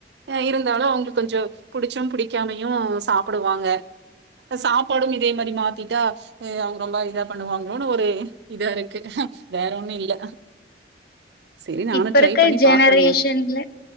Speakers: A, on the right (about 75°); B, on the left (about 55°).
A: அ இருந்தாலு அவுங்ளுக் கொஞ்சோ புடிச்சும் புடிக்காமையு சாப்புடுவாங்க சாப் பாடும் இதே மாரி மாத்திட்டா அ அவுங் ரொம்ப இதா பண்ணுவாங்ளோனு ஒரு இதாரு த்து வேற ஒன்னு இல்ல சரி நானு
B: இப்ப
A: ட்ரை
B: இருக்க
A: பண்ணி
B: ஜெனரேஷன்ல
A: பாக்குறேங்க